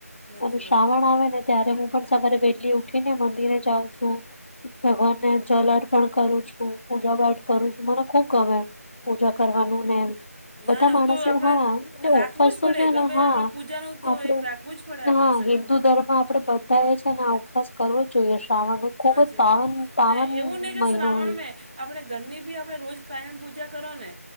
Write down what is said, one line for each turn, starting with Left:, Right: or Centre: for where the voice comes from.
Right: સાચી
Left: અને શ્રાવણ
Right: વાત છે.
Left: આવે ને ત્યારે હું પણ સવારે વહેલી ઉઠી ને મંદિરે જાઉં છું ભગવાનને જલ અર્પણ કરું પૂજા પાઠ કરું છું મને ખુબ ગમે એ પૂજા કરવાનું ને એમ બધા
Right: ના ના
Left: માણસે
Right: હું તો આપણે
Left: હા એ
Right: રાખવું
Left: ફસ
Right: જ પડે
Left: છે
Right: ગમે
Left: ને હા
Right: તે આપણે પૂજાનું તો
Left: આપડું
Right: એક રાખવું જ પડે
Left: હા
Right: આપણે શરીરમાં
Left: હિન્દુ ધર્મ આપડે બધા એ છેને આ ઉપવાસ કરવો જ જોઈએ શ્રાવણ ખુબ
Right: સાચી
Left: જ
Right: વાત
Left: બાવન બાવન
Right: ને એવું નહીં કે
Left: મહિનો
Right: શ્રાવણ
Left: હોય
Right: મેં આપણે ઘરની બી આપણે રોજ કાયમ પૂજા કરો ને